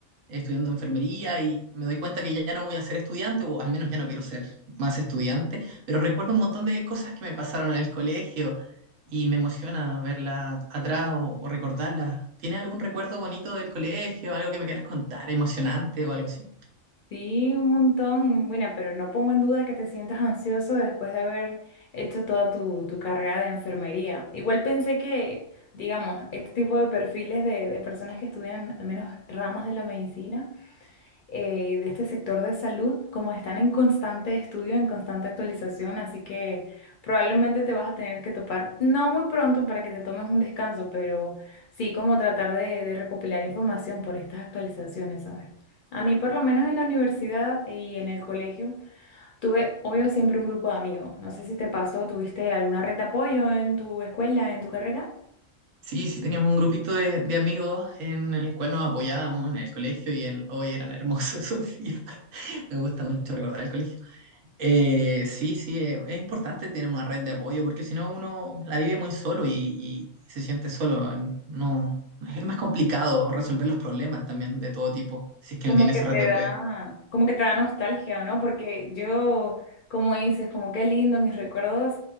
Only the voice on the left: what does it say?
Sí, un montón. Bueno, pero no pongo en duda que te sientas ansioso después de haber hecho toda tu, tu carrera de enfermería. Igual pensé que, digamos, este tipo de perfiles de, de personas que estudian al menos ramas de la medicina eh, de este sector de salud, como están en constante estudio, en constante actualización, así que probablemente te vas a tener que topar, no muy pronto para que te tomes un descanso, pero sí como tratar de, de recopilar información por estas actualizaciones, ¿sabes? A mí, por lo menos en la universidad y en el colegio, tuve, obvio, siempre un grupo de amigos. No sé si te pasó, ¿tuviste alguna red de apoyo en tu escuela, en tu carrera?
Como
que
te
da, como que te da nostalgia, ¿o ¿no? Porque yo, como dices, como qué lindo mis recuerdos.